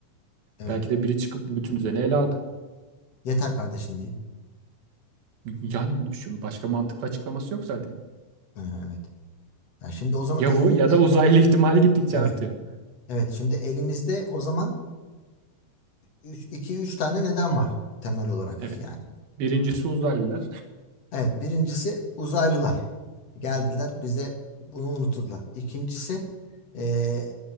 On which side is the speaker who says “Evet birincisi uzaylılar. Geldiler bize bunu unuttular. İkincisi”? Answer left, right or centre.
Left